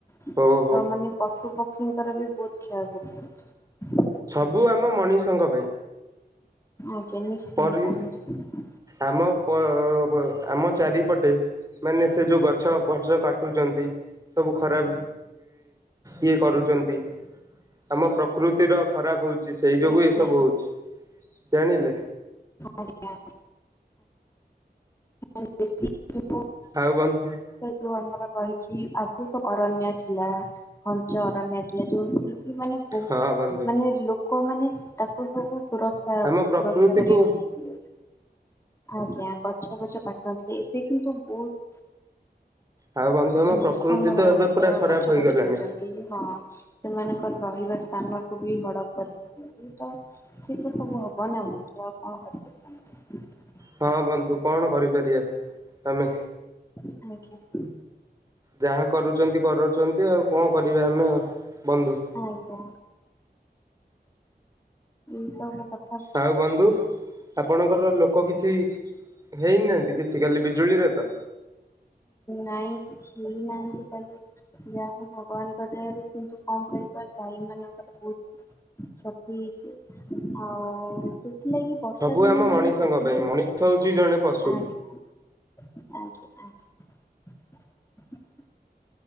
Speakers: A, on the left; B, on the right.
A: ତ
B: ଓହୋ।
A: ମାନେ ପଶୁ ପକ୍ଷୀଙ୍କର ବି ବହୁତ କ୍ଷୟକ୍ଷତି ହଉଛି।
B: ସବୁ ଆମ ମଣିଷଙ୍କ ପାଇଁ।
A: ଆଜ୍ଞା ନିଶ୍ଚିନ୍ତ
B: ପରି
A: ନିଶ୍ଚିନ୍ତ।
B: ଆମ ପ ଅ ଆମ ଚାରିପଟେ ମାନେ ସେ ଯେଉଁ ଗଛ ପଛ କାଟୁଛନ୍ତି ସବୁ ଖରାପ ଇଏ କରୁଛନ୍ତି। ଆମ ପ୍ରକୃ ତି ର ଖରାପ ହଉଛି ସେଇ ଯୋଗୁ
A: ଆଜ୍ଞା
B: ଏସବୁ ହଉଛି। ଜାଣିଲେ।
A: ଆଜ୍ଞା ଆଜ୍ଞା।
B: ଆଉ। <unintelligible>
A: ଯୋଉ ଆମର ରହିଛି ଆଦିସ ଅରଣ୍ୟ ଥିଲା ଘଞ୍ଚ ଅରଣ୍ୟ ଥିଲା ଯୋଉଠି କି କି ମାନେ ବହୁତ
B: ହଁ ବନ୍ଧୁ
A: ମାନେ ଲୋକମାନେ ତାକୁ ସବୁ ସୁରକ୍ଷା
B: ଆମ ପ୍ରକୃତିକୁ
A: ସୁରକ୍ଷା କରି ରଖୁଥିଲେ। ଆଜ୍ଞା। ଗଛବଛ କାଟନ୍ତିନି। ଏବେ କିନ୍ତୁ ବହୁତ
B: ଆଉ ବନ୍ଧୁ ଆମ
A: ନୃସଂଶ
B: ପ୍ରକୃତି ତ
A: ମଣିଷ
B: ଏବେ ପୁରା ଖରାପ
A: ଗଛ
B: ହେଇଗଲାଣି।
A: କାଟି ଦଉଛନ୍ତି। ହଁ ସେମାନଙ୍କର ରହିବା ସ୍ଥାନ ବି ହଡପ କରି ଦଉଛନ୍ତି। ତ ସେଇ ତ ସବୁ ହବ ନା ବନ୍ଧୁ ଆଉ କଣ କରିପାରିବା ଆମେ।
B: ହଁ ବନ୍ଧୁ କଣ କରିପାରିବା ଆମେ।
A: ତାକୁ ଆଜ୍ଞା।
B: ଯାହା କରୁଛନ୍ତି କରୁଚ ଏତେ ଆଉ କଣ କରିବା ଆମେ ବନ୍ଧୁ।
A: ଆଜ୍ଞା ଏଇ ସବୁ କ
B: ଆଉ ବନ୍ଧୁ ଆପଣଙ୍କର ଲୋକ କିଛି ହେଇନାହାନ୍ତି କି? ଆଜି କାଲି ବିଜୁଳିରେ ତ?
A: ନାଇଁ କିଛି ହେଇନାହାନ୍ତି। କାଲି ଯାହା ହଉ ଭଗବାନଙ୍କ ଦୟାରୁ କିନ୍ତୁ କ କଣ କରିବା ଗାଈ ମାନଙ୍କର ବହୁତ କ୍ଷତି ହେଇଛି। ଆଉ ସେଥିଲାଗି ବର୍ଷା
B: ସବୁ
A: ଦିନେ
B: ଆମ
A: ମାନେ
B: ମଣିଷଙ୍କ
A: ଯଦି
B: ପାଇଁ
A: ବିି
B: ମଣିଷ ହଉଛି ଜଣେ ପଶୁ
A: ଆଜ୍ଞା ଆଜ୍ଞା। <inaudible>